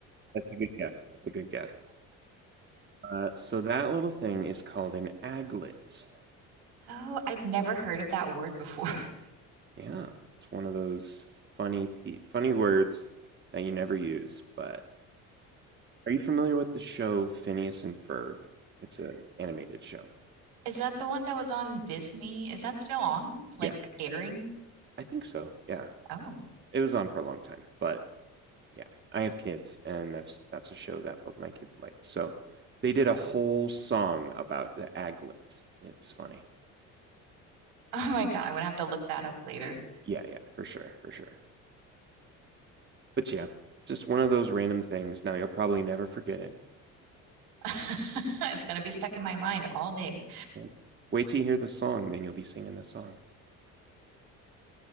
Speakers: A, on the right (about 30°); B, on the right (about 80°).
A: good guess. That's a good guess. Uh, so that little thing is called an aglet.
B: Oh, I've never heard of that word before. <laughs>
A: Yeah, it's one of those funny pe- funny words that you never use, but Are you familiar with the show Phineas and Ferb? It's an animated show.
B: Is that the one that was on Disney? Is that still on? Like
A: Yeah,
B: airing?
A: I think so. Yeah,
B: Oh. <laughs>
A: it was on for a long time, but yeah, I have kids, and that's that's a show that both my kids liked. So they did a whole song about the aglet. It was funny.
B: Oh my God, I'm gonna have to look that up later.
A: Yeah, yeah, for sure, for sure. But yeah, just one of those random things. Now you'll probably never forget it.
B: <laughs> It's gonna be stuck in my mind all day.
A: <laughs> Wait till you hear the song, then you'll be singing the song.